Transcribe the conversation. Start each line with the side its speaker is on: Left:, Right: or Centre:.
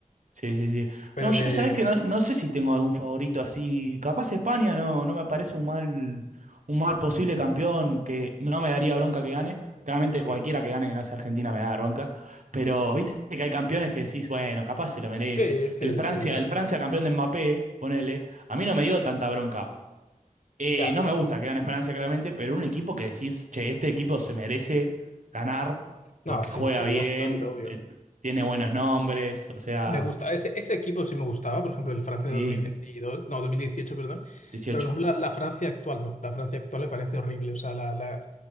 Right: Sí, sí, sí.
Left: Pero
Right: No,
Left: de...
Right: yo sabés que no, no sé si tengo algún favorito así. Capaz España no, no me parece un mal, un mal posible campeón que no me daría bronca que gane. Claramente cualquiera
Left: mm,
Right: que gane que no sea Argentina me da bronca. Pero viste que hay campeones que decís, bueno, capaz se lo merece.
Left: Sí, sí,
Right: El Francia,
Left: sí, claro.
Right: el Francia campeón de Mbappé, ponele, a mí no me dio tanta bronca. Eh,
Left: Ya.
Right: no me gusta que gane Francia, claramente, pero un equipo que decís, che, este equipo se merece ganar
Left: No,
Right: porque
Left: sí,
Right: juega
Left: sí,
Right: bien,
Left: obvio, obvio, obvio.
Right: eh, tiene buenos nombres, o sea.
Left: Me gusta, ese, ese equipo sí me gustaba, por ejemplo, el Francia
Right: Sí,
Left: de 2022, no, 2018, perdón,
Right: 18.
Left: pero por ejemplo la, la Francia actual, no, la Francia actual me parece horrible, o sea, la, la,